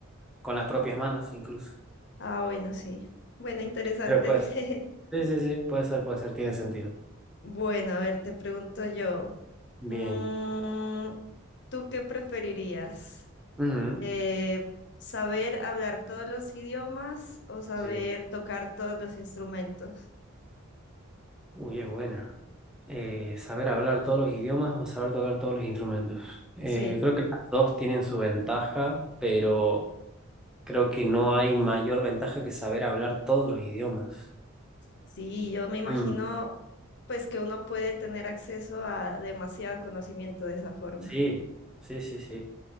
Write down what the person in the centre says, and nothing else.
con las propias manos incluso.
Pero puede ser.
Sí, sí, sí, puede ser, puede ser, tiene sentido.
Bien.
Ujú,
Sí.
Uy, es buena. Eh, saber hablar todos los idiomas o saber tocar todos los instrumentos. Eh,
creo que las dos tienen su ventaja, pero creo que no hay mayor ventaja que saber hablar todos los idiomas.
Mm.
Sí, sí, sí, sí.